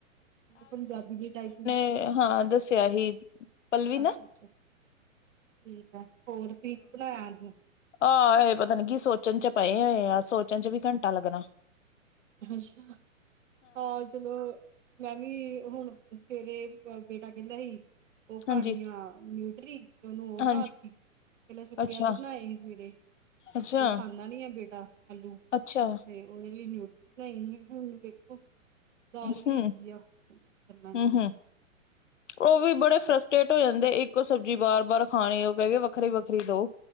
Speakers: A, on the right (about 65°); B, on the left (about 60°).
A: ਪੰਜਾਬੀ ਦੀ ਟਾਈਪਿੰਗ
B: ਏ ਹਾਂ ਦੱਸਿਆ ਹੀ। ਪਲਵੀ ਨਾ
A: ਅੱਛਾ-ਅੱਛਾ ਠੀਕ ਐ ਹੋਰ ਤੁਸੀਂ ਕੀ ਬਣਾਇਆ ਅੱਜ?
B: ਆਹੋ ਇਹ ਪਤਾ ਨ ਕੀ ਸੋਚਣ ਚ ਪਏ ਹੋਏ ਆ ਸੋਚਣ ਚ ਵੀ ਘੰਟਾ ਲੱਗਣਾ
A: ਅੱਛਾ ਹਾਂ ਚਲੋ ਮੈਂ ਵੀ ਹੁਣ ਸਵੇਰੇ ਬੇਟਾ ਕਹਿੰਦਾ ਸੀ ਉਹ ਖਾਣੀ
B: ਹਾਂਜੀ
A: ਆ ਨਿਊਟਰੀ ਓਨੂੰ ਉਹ
B: ਹਾਂਜੀ
A: ਬਣਾ ਤ ਪੈਲਾਂ ਸੁੱਕੇ
B: ਅੱਛਾ
A: ਆਲੂ ਬਣਾਏ ਸੀ ਸੇਰੇ
B: ਅੱਛਾ
A: ਉਹ ਖਾਂਦਾ ਨੀ ਹੈ ਬੇਟਾ ਆਲੂ
B: ਅੱਛਾ
A: ਤੇ ਉਹਦੇ ਲਈ ਨਿਊਟਰੀ ਬਣਾਈ ਸੀ ਹੁਣ ਵੇਖੋ ਦਾਲ
B: ਹਮ
A: ਵੀ ਹੈਗੀ ਆ ਕੀ ਕਰਨਾ ਇਹਨਾਂ
B: ਹਮ
A: ਨੇ
B: ਹਮ ਉਹ ਵੀ ਬੜੇ ਫਰਸਟਰੇਟ ਹੋ ਜਾਂਦੇਆ ਇੱਕੋ ਸਬਜ਼ੀ ਬਾਰ ਬਾਰ ਖਾਣੀ ਉਹ ਕਹਿ ਕੇ ਵੱਖਰੀ ਵੱਖਰੀ ਦੋ